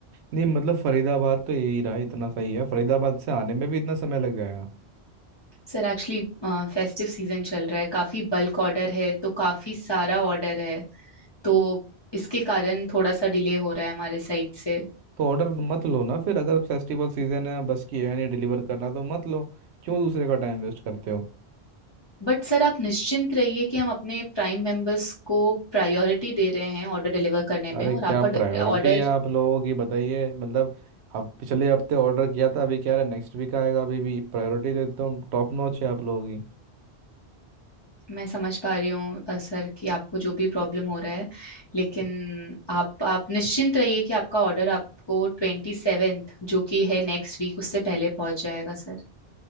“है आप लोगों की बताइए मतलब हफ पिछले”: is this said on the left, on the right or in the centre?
Right